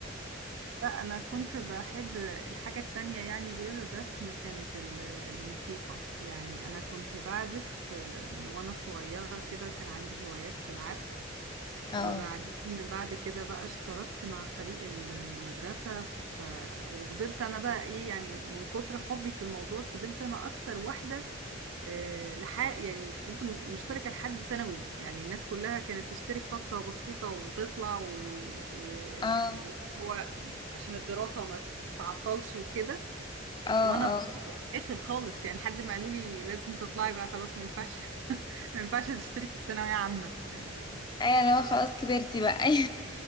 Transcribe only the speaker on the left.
اه
اه
اه
اه
ايوه لو خلاص كبرتي بقى <laughs>